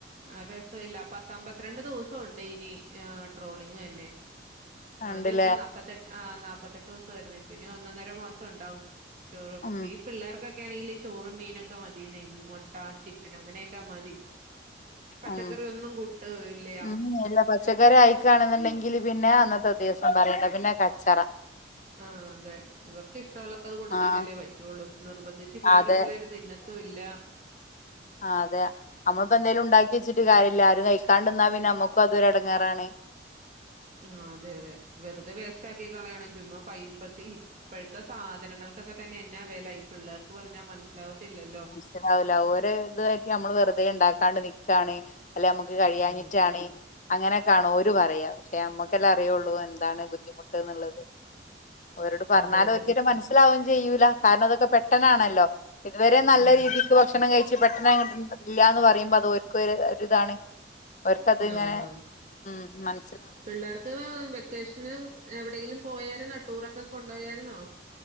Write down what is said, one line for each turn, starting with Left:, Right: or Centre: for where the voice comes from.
Right: ആഹ് രസ ഇല്ല പത്തമ്പത്തിരണ്ട് ദിവസംഉണ്ട് ഇനിഏഹ് ട്രോളിംഗ തന്നെ ആഹ്
Left: ഉണ്ടല്ലേ
Right: ആദ്യംഒ ക്കെ നാപ്പത്തെട്ട് ആഹ് നാപത്തെട്ട് ദിവസയിരുന്നു ഇപ്പം ഇനി ഒന്ന് ഒന്നര മാസം ഉണ്ടാവും ചോറ
Left: ഉം
Right: ഈ പിള്ളേർക്കൊണെങ്കിൽ ചോറും മീനൊക്കെ മതിന്നെ മൊട്ട ആഹ് ചിക്കൻ അങ്ങനെയൊക്കാ മതി പച്ചക്കറി
Left: ഉ
Right: ഒന്നും കൂട്ട് ഇല്ല
Left: ഉം എല്ലാ പച്ചക്കാറി ആയിക്കണെന്നുണ്ടെങ്കില് പിന്നെ അന്നത്തെ ദിവസം പറയണ്ട പിന്നെ കച്ചറ
Right: ആഹ് അതെ ഇവർക്ക് ഇഷ്ടമുള്ള അത് കൊടുക്കാനല്ലേ
Left: ആഹ്
Right: പറ്റുള്ളൂ നിർബന്ധിച്ച് ഇപ്പഴത്തെ
Left: അതെ
Right: പിള്ളേർത് തി ന്നത്തും ഇല്ല
Left: ആഹ് അതെ നമ്മളിപ്പോ എന്തലും ഉണ്ടാക്കിയെച്ചിട്ട് കാര്യില്ല
Right: ഉം
Left: ആരും കഴിക്ക കണ്ടന്നാ പിന്നെ നമക്കും അതൊരു എ ടങ്ങാറാണ്
Right: ആഹ് അതെ അതെ വെറുതെ വേസ്റ്റ് ആക്കി കളയണം ചുമ്മ പൈപതി ഇപ്പോഴത്തെ സാധനങ്ങൾക്കൊക്കെ തന്നെ എന്ന വേല ഇ പിള്ളേർക്ക് പറഞ്ഞാ മനസ്സിലാകത്തില്ലല്ലോ
Left: താവൂല ഓരെ ഇതുവായിട്ട് നമ്മള് വെറുതേണ്ടാക്കാണ്ട് നി ക്കാണ് അല്ലെ മക്ക് കഴിയഞ്ഞിറ്റാണ്
Right: ഉം
Left: അങ്ങനെക്കാണ് ഓര് പറയാ പക്ഷെ മ്മക്കെല്ലെഅറിയുള്ളൂ എന്താണ് ബുദ്ധിമുട്ട് എന്നുള്ളത് ഓരോട് പറഞ്ഞാല്
Right: അതെ അതെ
Left: ഒരിക്കെറ്റും മനസ്സിലാവും ചെയ്യൂല കാരണം അതൊക്കെ പെട്ടനാണല്ലോ ഇതുവരെ നല്ല
Right: ഉം
Left: രീതിക്ക് ഭക്ഷണം കഴിച്ച്പെട്ടെന്ന് അങ്ങട്ട ഇല്ല ന്ന്പറയുമ്പോ അത് ക്ക് ഒര് രിതാണ് അവര്ക്കത്ങ്ങനെ
Right: ആഹ് ആഹ്
Left: ഉമ് മൻ
Right: പിള്ളേർക്ക് വെക്കേഷന് എവിടെയെങ്കിലും പോയായിരുന്നോ ടൂറൊക്കെ കൊണ്ടോയായിരുന്നോ